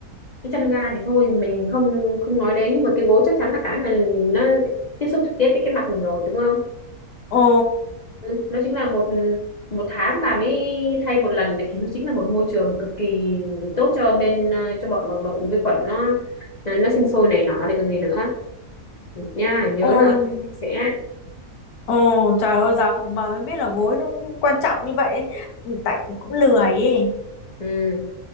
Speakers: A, on the left; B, on the left.
A: cái chăn ga thì thôi mình không không nói đến nhưng mà cái gối chắc chắn là cái mà nó tiếp xúc trực tiếp với cái mặt mình rồi đúng không
B: ồ
A: Ừ, nó chính là một một tháng bà mới thay một lần vậy thì nó chính là một môi trường cực kỳ tốt cho bên ờ, cho bọn bọn, bọn vi khuẩn nó nó sinh sôi nảy nở để còn gì nữa nha nhớ
B: ôi
A: là sẽ
B: ồ trời ơi giờ không mà mới biết là gối nó cũng quan trọng như vậy ấy. tại cũng lười ấy
A: ừ.